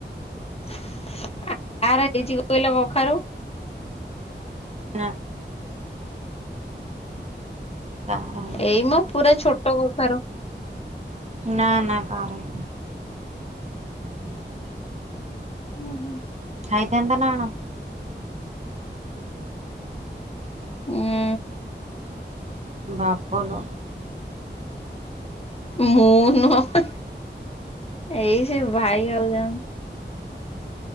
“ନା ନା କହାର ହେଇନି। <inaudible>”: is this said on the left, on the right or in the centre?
Right